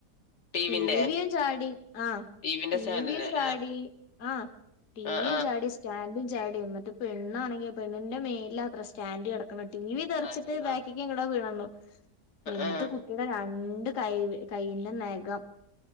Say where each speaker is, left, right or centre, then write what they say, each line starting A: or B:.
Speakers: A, on the left; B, on the left.
A: ടീവിന്റെ
B: ടീവിയും ചാടി ആ
A: ടീവിന്റെ
B: ടീവിയും
A: സ്റ്റാൻഡിന്റെ ആഹ്
B: ടീ ആഹ് ടീവിയും
A: ആഹ്
B: ചാടി സ്റ്റാൻഡും ചാടി പെണ്ണാണെങ്കി, പെണ്ണിന്റെ മേൽലാത്ര സ്റ്റാൻഡ് കെടക് ക്കണ്. ടീവി തെറിച്ചിട്ട്
A: ആഹ്
B: ബാക്കിക്ക്
A: ആഹ്
B: എങ്ങട്ടോ വീണെന്ന്തോ എന്നിട്ട്
A: ആഹ്
B: കു ട്ടിന്റെ രണ്ട് കൈ കൈന്റെ നഖം,